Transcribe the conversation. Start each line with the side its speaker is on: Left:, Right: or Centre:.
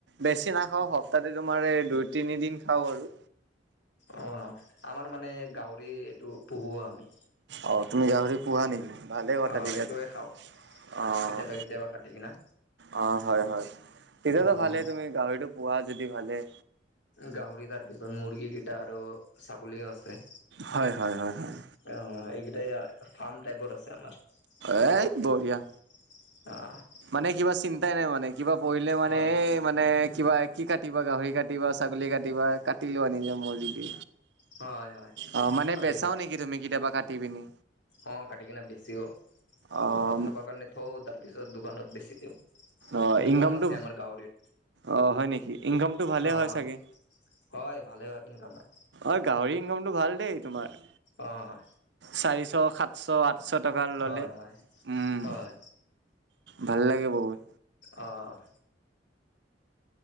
Right: বেছি নাখাওঁ, সপ্তাহতে তোমাৰ এই দুই তিনিদিন খাও আৰু।
Left: অ', আমাৰ মানে গাহৰি এইটো পুহো আমি।
Right: অ', তুমি গাহৰি পোহা নেকি? ভালেই কথা
Left: অ',
Right: ঠিক
Left: এইটোৱে
Right: আছে অ'।
Left: খাওঁ কেতিয়াবা কেতিয়াবা কাটি কিনা
Right: অ', হয়, হয়। তেতিয়াতো
Left: অ',
Right: ভালে তুমি গাহৰিটো পোহা যদি ভালে।
Left: গাহৰি তাৰপিছত মুৰ্গী কিটা আৰু ছাগলীও আছে।
Right: হয়, হয়, হয়, হয়।
Left: অ', এইকিটা এইয়াই ফাৰ্ম টাইপত আছে আমাৰ।
Right: এ,
Left: চব
Right: বঢ়িয়া।
Left: <inaudible>
Right: মানে কিবা চিন্তাই নাই মানে, কিবা পঢ়িলে মানে
Left: হয়,
Right: এ মানে কিবা কি কাটিবা গাহৰি কাটিবা, ছাগলী কাটিবা, কাটি লোৱা নিজৰ মৰ্জিদি।
Left: হয়, হয়,
Right: অ', মানে
Left: কাটি
Right: বেচাও
Left: লওঁ
Right: নেকি, তুমি কেতিয়াবা কাটি পিনি?
Left: অ', কাটি কিনে বেচিও।
Right: অ',
Left: ঘৰত খাব কাৰণে থওঁ তাৰপিছত দোকানত বেছি দিওঁ।
Right: অ',
Left: দোকানো
Right: ইনকামটো
Left: আছে আমাৰ গাহৰিৰ
Right: অ', হয় নেকি? ইনকামটো ভালে
Left: অ',
Right: হয়, চাগে!
Left: হয়, ভালে হয়, ইনকামাই।
Right: অ', গাহৰি ইনকামটো ভাল দেই তোমাৰ।
Left: অহ।
Right: চাৰিশ, সাতশ, আঠশ টকা ল'লে
Left: হয়, হয়,
Right: উম।
Left: হয়,
Right: ভাল লাগে বহুত।
Left: অ'।